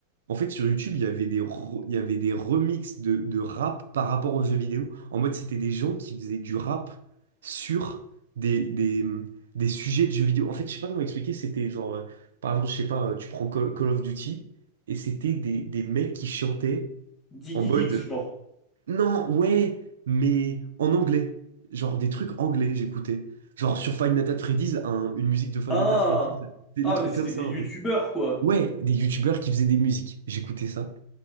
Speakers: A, on the right; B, on the left.
A: en fait, sur YouTube, il y avait des, re- il y avait des remixes de, de rap par rapport aux jeux vidéo. En mode, c'était des gens qui faisaient du rap sur des, des, des sujets de jeux vidéo. En fait, je sais pas comment expliquer, c'était genre. euh, par exemple, je sais pas, euh, tu prends Call, Call of Duty, et c'était des, des mecs qui chantaient
B: Diggy
A: en mode.
B: Diggs, genre.
A: Non, ouais, mais en anglais. Genre des trucs anglais, j'écoutais. Genre sur Five Nights at Freddy's, un- une musique de Five
B: Ah!
A: Nights at Freddy's, des,
B: Ah,
A: des trucs
B: mais c'était
A: comme ça
B: des youtubeurs,
A: un peu.
B: quoi.
A: Ouais, des youtubeurs qui faisaient des musiques. J'écoutais ça.